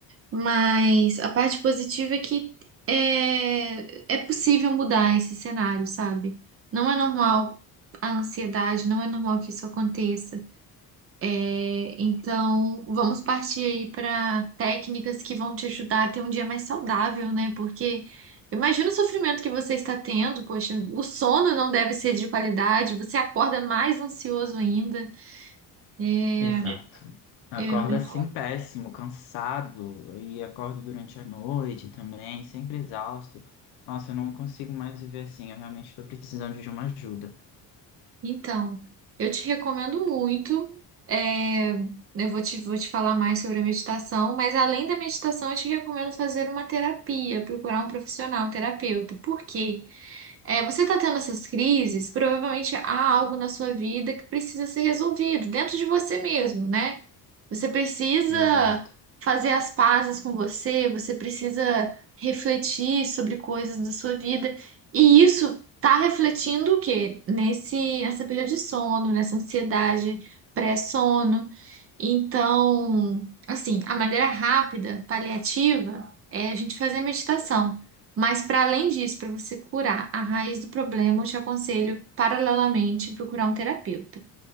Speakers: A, on the right; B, on the left.
A: Mas a parte positiva é que é, é possível mudar esse cenário, sabe? Não é normal a ansiedade, não é normal que isso aconteça. É, então, vamos partir aí para técnicas que vão te ajudar a ter um dia mais saudável, né? Porque eu imagino o sofrimento que você está tendo, poxa, o sono não deve ser de qualidade, você acorda mais ansioso ainda. É,
B: Exato. Acorda
A: eu imagino.
B: assim péssimo, cansado, e acordo durante a noite também, sempre exausto. Nossa, eu não consigo mais viver assim, eu realmente estou precisando de uma ajuda.
A: Então, eu te recomendo muito. é, eu vou te, vou te falar mais sobre a meditação, mas além da meditação, eu te recomendo fazer uma terapia, procurar um profissional, um terapeuta. Por quê? É, você está tendo essas crises, provavelmente há algo na sua vida que precisa ser resolvido dentro de você mesmo, né? Você precisa
B: Exato.
A: fazer as pazes com você, você precisa refletir sobre coisas da sua vida, e isso está refletindo o quê? Nesse, nessa perda de sono, nessa ansiedade pré-sono. Então, assim, a maneira rápida, paliativa, é a gente fazer a meditação. Mas para além disso, para você curar a raiz do problema, eu te aconselho paralelamente procurar um terapeuta.